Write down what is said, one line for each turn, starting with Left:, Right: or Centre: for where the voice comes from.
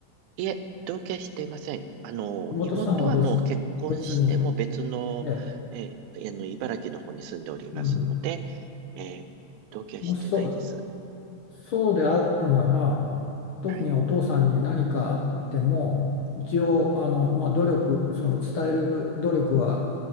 Right: いえ、同居はしていません。あの、
Left: 妹さんは別、
Right: 妹はもう結婚しても別の、
Left: 別に、ええ、
Right: えーあの、茨城の方に住んでおりますので、
Left: うん。
Right: えー同居はしてないです。
Left: もしそう、そうであるなら、特にお父さんに何かあっても、
Right: はい。
Left: 一応、あの、まあ、努力、その伝える努力は